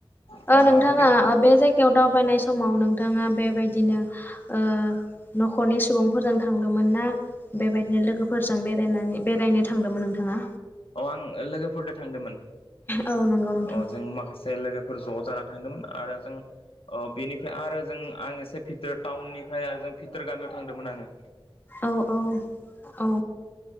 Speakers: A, on the left (about 85°); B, on the left (about 25°).
A: अ
B: ओ नोंथाङा
A: आरो
B: ओ बे जायगायाव दावबायनाय सम समाव नोंथाङा बेबायदिनो ओ न'खरनि सुबुंफोरजों थांदोंमोन ना बेबायदिनो लोगोफोरजों बेरायनानि बेरायनो थांदोंमोन नोंथाङा?
A: अ'लआं लोगोफोरदो थांदोमोन
B: औ नंगौ नोंथां
A: अ' जों माखासे लोगो फोर ज' जाना थांदोंमोन आरो जों अ बेनिफ्राय आरो जों आं एसे भिथोर टाउननिफ्राय आरो जों भितोर गामियाव थांदोंमोन आङो
B: औ औ औ।